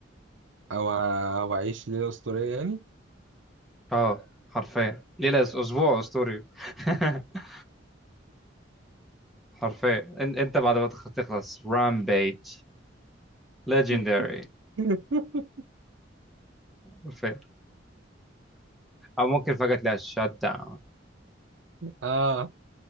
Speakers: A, on the right; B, in the centre.
A: او آه، او اعيش ليله اسطوريه يعني
B: اه حرفيا ليلة أس- اسبوع اسطوري <laughs> حرفيا إن- انت بعد ما تخ- تخلص رامبيج ليجندري
A: <laughs>
B: حرفيا او ممكن فجأة تلاقي شات داون
A: اه